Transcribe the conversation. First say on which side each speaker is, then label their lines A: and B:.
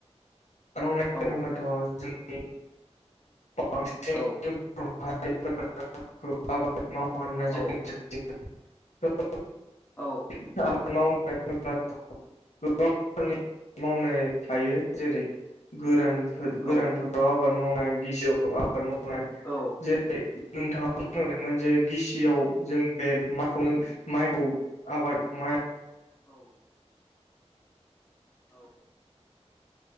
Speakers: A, on the left; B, on the left.
A: होनोब्लाथ'
B: औ
A: जों बांसिन
B: औ
A: <unintelligible>
B: औ औ
A: <unintelligible> <unintelligible> गोरान
B: औ
A: गोरानफोराव आबाद मावनाय गिसियाव आबाद मावनाय
B: औ
A: जेरै नोंथाङा बुंलांदों मोनसे गिसियाव जों बे माइखौनो माइखौ आबाद मा
B: औ औ